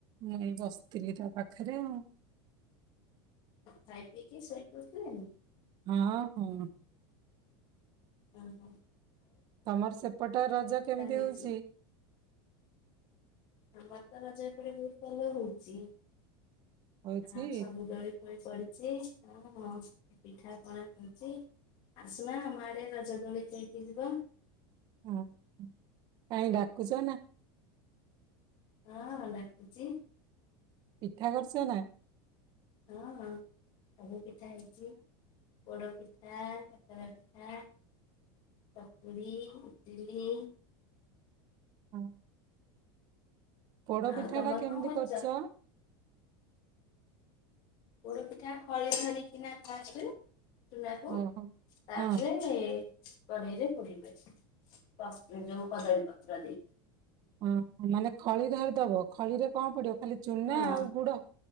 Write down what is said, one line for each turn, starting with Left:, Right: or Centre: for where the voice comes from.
Right: ମୁଁ ଏଇ ବସିଥିଲି ତା ପାଖରେ ଆଉ।
Left: ଖାଇ ପିଇକି ଶୋଇକି ଉଠିଲେଣି?
Right: ହଁ ହଁ।
Left: ଓ ହୋ।
Right: ତମର ସେପଟେ ରଜ କେମିତି
Left: ହେଇଛି?
Right: ହଉଛି?
Left: ଆମର ତ ରଜ ଏପଟେ ବହୁତ ଭଲ ହଉଛି।
Right: ହଉଛି
Left: ଆଉ ସବୁ ଦୋଳି ଦୋଳି ପଡିଛି ଆଉ କଣ ପିଠା ପଣା ହେଉଛି, ଆସୁନା ଆମ ଆଡେ ରଜ ଦୋଳି ଖେଳିକି ଯିବ।
Right: ହଁ ହଁ କାହିଁ ଡାକୁଛ ନା?
Left: ହଁ ଡାକୁୁଚି।
Right: ପିଠା କରିଛ ନା?
Left: ହଁ ହଁ ସବୁ ପିଠା ହେଇଛି। ପୋଡ଼ପିଠା, କାକେରା ପିଠା, ଚକୁଳି, ଇଟିଲି।
Right: ହଁ। ପୋଡ
Left: ଆଉ
Right: ପିଠା
Left: ତମର
Right: ଟା କେମିତି
Left: କଣ କରିଛ?
Right: କରୁଛ?
Left: ପୋଡ଼ ପିଠା ଖଳି ଧରି କିନା ଫାଷ୍ଟ ଚୁନାକୁ
Right: ଓହୋ
Left: ତାପରେ-ଏ-ଏ
Right: ହଁ
Left: କଡେଇରେ ପୋଡ଼ିବେ। କଦ ଯୋଉ କଦଳୀ ପତ୍ର <inaudible>
Right: ଓ ମାନେ ଖଳି ଢାଳି ଦବ, ଖଳିରେ କଣ ପଡିବ? ଖାଲି ଚୁନା
Left: ହଁ
Right: ଆଉ ଗୁଡ